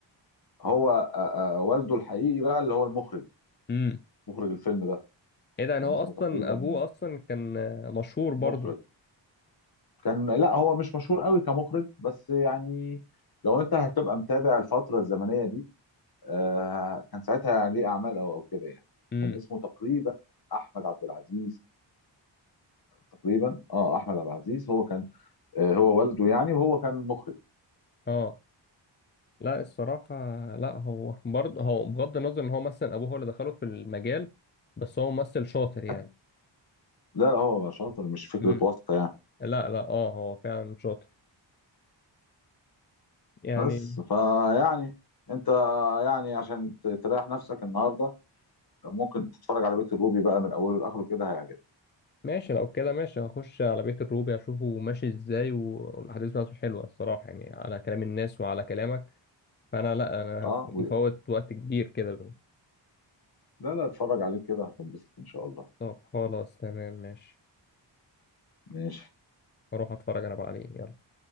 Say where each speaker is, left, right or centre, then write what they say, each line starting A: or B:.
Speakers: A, on the left; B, on the left.
A: هو آه، آه، والده الحقيقي بقى اللي هو المخرج
B: امم
A: مخرج الفيلم ده
B: ايه ده يعني
A: كان
B: هو
A: اسمه
B: أصلا
A: تقريبا
B: أبوه أصلا كان آه، مشهور برضه
A: مخرج كان لا هو مش مشهور قوي كمخرج بس يعني لو انت هتبقى متابع الفتره الزمنيه دي آه، كان ساعتها ليه اعمال او او كده يعني
B: امم
A: كان اسمه تقريبا احمد عبد العزيز تقريبا اه احمد عبد العزيز هو كان آه، هو والده يعني وهو كان مخرج
B: اه لا الصراحة لا هو برضه هو بغض النظر ان هو مثلا ابوه هو اللي دخله في المجال بس هو ممثل شاطر يعني
A: <laughs> لا لا هو شاطر مش فكره
B: امم
A: واسطه يعني
B: لا لا اه هو فعلا شاطر يعني
A: بس فيعني انت يعني عشان ت- تريح نفسك النهارده ممكن تتفرج على بيت الروبي بقى من اوله لاخره كده هيعجبك
B: ماشي لو كده ماشي هخش على بيت الروبي اشوفه ماشي ازاي و- والاحداث بتاعته حلوة الصراحة يعني على كلام الناس وعلى كلامك فانا لا انا
A: اه
B: ف- مفوت
A: وليه؟
B: وقت كبير كده
A: لا لا اتفرج عليه كده هتنبسط ان شاء الله
B: طب خلاص تمام ماشي
A: ماشي
B: اروح اتفرج انا بقى عليه يلا.